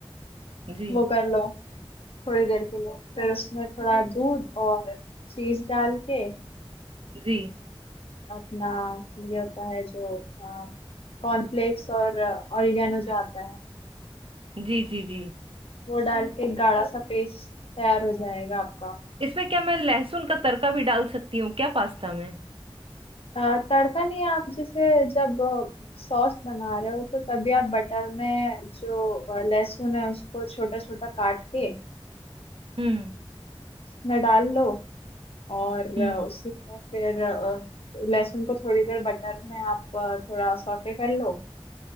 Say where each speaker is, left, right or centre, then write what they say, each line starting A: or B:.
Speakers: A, on the right; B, on the left.
A: जी
B: वो कर लो थोड़ी देर के लिए फिर उसमें थोड़ा दूध और चीज डाल के
A: जी
B: अपना ये होता है जो कॉर्नफ्लेक्स और ऑरिगेनो जो आता है
A: जी जी जी
B: वो डाल के गाढ़ा सा पेस्ट तैयार हो जाएगा आपका
A: इसमें क्या मैं लहसुन का तड़का भी डाल सकती हूँ क्या पास्ता में
B: अ, तड़का नहीं आप जैसे जब सॉस बना रहे हो तो तभी आप बटर में जो अ, लहसुन है उसको छोटा छोटा काट के
A: हम्म
B: उसमें डाल लो और
A: हम्म
B: अ, उसी में फिर अ, लहसुन को थोड़ी देर बटर में आप अ, थोड़ा सौटे कर लो